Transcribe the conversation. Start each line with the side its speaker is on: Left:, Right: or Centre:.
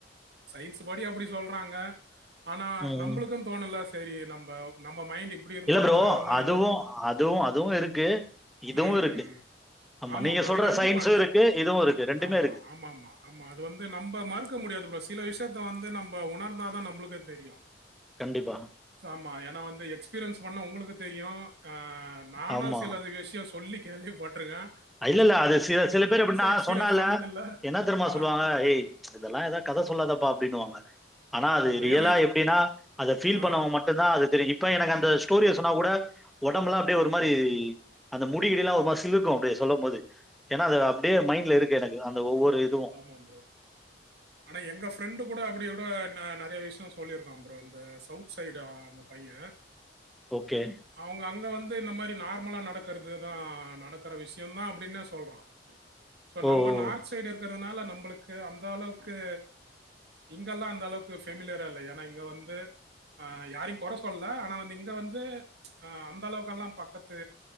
Right: சயின்ஸ் படி அப்டி சொல்றாங்க ஆனா
Centre: ம்.
Right: நம்பளுக்கு தோணலா சரி நம்ப நம்ம மைண்ட் இப் டி இருந்தாலு
Centre: இல்ல ப்ரோ.
Right: வேற மாரி
Centre: அதுவும்
Right: கூட போகு
Centre: அதுவும் அதுவும் இருக்கு. இதுவும்
Right: ம்
Centre: இருக்கு.
Right: ம் ம் ஆமா
Centre: நீங்க
Right: ப்ரோ
Centre: சொல்ற
Right: அது கண்டிப்பா
Centre: சயின்ஸும்
Right: நீங்க
Centre: இருக்கு. இதுவும் இருக்கு.
Right: ஆம்மா
Centre: இருக்கு.
Right: ஆமாம்மா ஆமா அது வந்து நம்ப மறுக்க முடியாது ப்ரோ சில விஷயத்த வந்து நம்ப உணர்ந்தா தா நம்ளுக்கே தெரியு
Centre: கண்டிப்பா
Right: ஆமா ஏனா வந்து எக்ஸ்பிரியன்ஸ் பண்ண உங்ளுக்கு தெரியு ஆ நானு
Centre: ஆமா.
Right: சில விஷ்யோ சொல்லி கேள்வி பட்ருக்கே
Centre: அ இல்ல இல்ல அது சில சில பேர் எப்டின்னா
Right: எக்ஸ்பீரியன்ஸ்
Centre: சொன்னால
Right: பண்ணதில்ல.
Centre: என்ன தெர்மா
Right: ஆ
Centre: சொல்வாங்க ஏய் இதெல்லா ஏதாவ்து கத சொல்லாதப்பா அப்டினுவாங்க ஆனா
Right: ஆமா
Centre: அது
Right: ப்ரோ.
Centre: ரியலா
Right: ஏன்னா
Centre: எப்டின்னா அத ஃபீல்
Right: ஆ,
Centre: பண்ணவங்க மட்டுதா அது தெரியு இப்போ எனக்கு அந்த ஸ்டோரிய சொன்ன கூட ஒடம்பெல்லா அப்டியே
Right: ம்.
Centre: ஒரு மாரி அந்த முடிகெடியெல்லா ஒரு மார் சிலிக்கு அப்டியே சொல்லும் போது ஏனா அது அப்டியே மைண்ட்ல இருக்கு எனக்கு அந்த ஒவ்வொரு இது
Right: ஆமாம் ப்ரோ ஆனா எங்க ஃப்ரெண்டு கூட அப்டியே உட ந நறைய விஷ்யோ சொல்லிருக்கா ப்ரோ இந்த சௌத் சைடா அந்த பையே
Centre: ஓகே
Right: அவங்க அங்க வந்து இந்த மாரி நார்மலா நடக்கறது தா நடக்கற விஷ்யோந்தா அப்டின்னு சொல்றா சோ
Centre: ஓ!
Right: நம்ப
Centre: ஓ!
Right: நார்த் சைடு இருக்கிறதனால நம்பளுக்கு அந்த அளவ்க்கு இங்கல்லா அந்த அளவுக்கு ஃபெமிலியரா இல்ல ஏனா இங்க வந்து அ யாரையு கொற சொல்ல ஆனா வந்து இங்க வந்து அ அந்த அளவுக்கெல்லா பக்கத்து